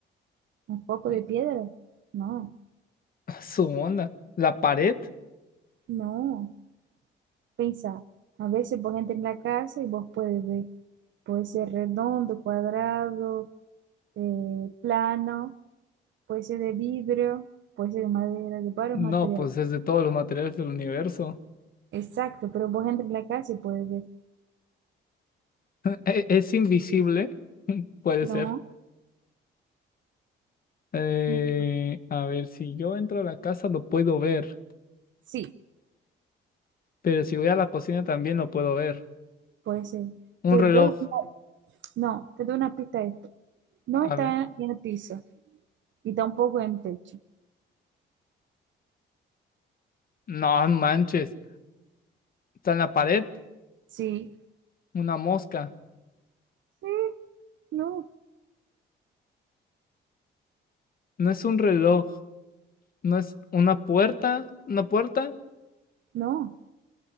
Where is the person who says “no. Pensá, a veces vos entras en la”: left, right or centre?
Right